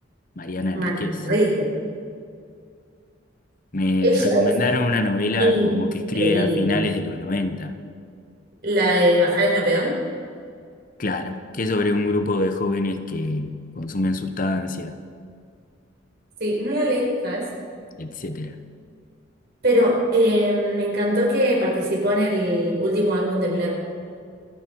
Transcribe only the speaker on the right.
María
Enrique.
Ella
es
increíble.
La de Bajar es lo peor.
Sí, no la leí, ¿sabes?
Pero eh, me encantó que participó en el último álbum de Blair.